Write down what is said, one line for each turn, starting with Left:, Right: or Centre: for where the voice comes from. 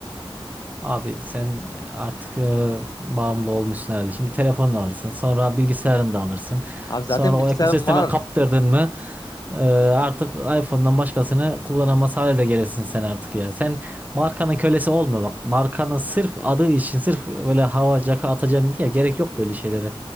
Right: Abi sen e, artık e, bağımlı olmuşsun herhalde. Şimdi telefonunu alırsın, sonra bilgisayarını da alırsın.
Left: Abi zaten
Right: Sonra o
Left: bilgisayarım
Right: ekosisteme
Left: var.
Right: kaptırdın mı e, artık iPhone'dan başkasını kullanamaz hale de gelirsin sen artık ya. Sen markanın kölesi olma bak. Markanın sırf adı için sırf böyle hava caka atacağım diye gerek yok böyle şeylere.